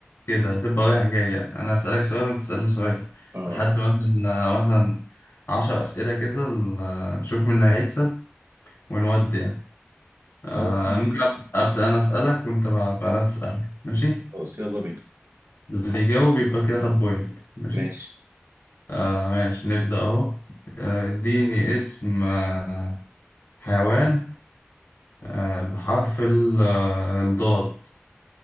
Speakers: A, on the left; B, on the right.
A: كده تبقى رايح جاي يعني. انا اسالك سؤال وانت تسالني سؤال
B: اه
A: لحد مثلا آه، مثلا عشر اسئله كده ال- آه، نشوف مين هيكسب ونودي يعني آه،
B: خلاص ماشي
A: ممكن أب- ابدا انا اسالك وانت بعد- بعدها تسالني ماشي
B: خلاص يلا بينا
A: اللي يجاوب يبقى كده خد بوينت ماشي
B: ماشي
A: آه ماشي نبدأ أهو آه، اديني اسم آه، حيوان آه بحرف ال- آه، الضاد